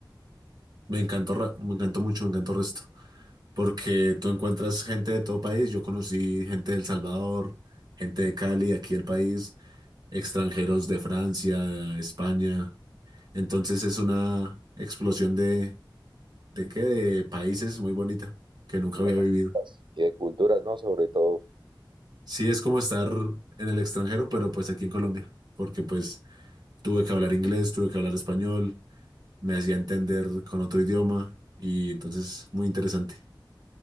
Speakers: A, on the right (about 50°); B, on the right (about 70°).
A: Me encantó, ra- me encantó mucho, me encantó el resto, porque tú encuentras gente de todo país. Yo conocí gente de El Salvador, gente de Cali, aquí el país, extranjeros de Francia, España. Entonces es una explosión de, ¿de qué? De países muy bonita que nunca
B: Y
A: había
B: de
A: vivido.
B: culturas, y de culturas, ¿no? Sobre todo
A: Sí, es como estar en el extranjero, pero pues aquí en Colombia, porque pues Tuve que hablar inglés, tuve que hablar español, me hacía entender con otro idioma y entonces muy interesante.